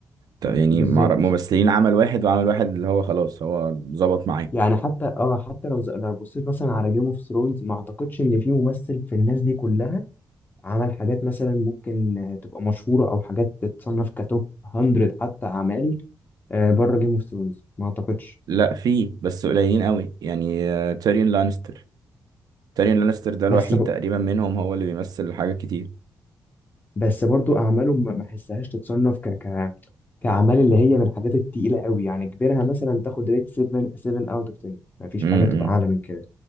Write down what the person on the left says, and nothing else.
بالظبط
يعني حتى اه حتى لو ز- لو بصيت مثلا على جيم اوف ثرونز ما اعتقدش ان في ممثل في الناس دي كلها عمل حاجات مثلا ممكن آه، تبقى مشهورة او حاجات تتصنف كتوب 100 حتى اعمال آه، بره جيم اوف ثرونز ما اعتقدش
بس
ب...
بس برضو اعماله ما ما احسهاش تتصنف ك... ك... كاعمال اللي هي من الحاجات التقيلة قوي يعني كبيرها مثلا تاخد ريت 7 7 اوت اوف 10 ما فيش
حاجة
تبقى اعلى من كده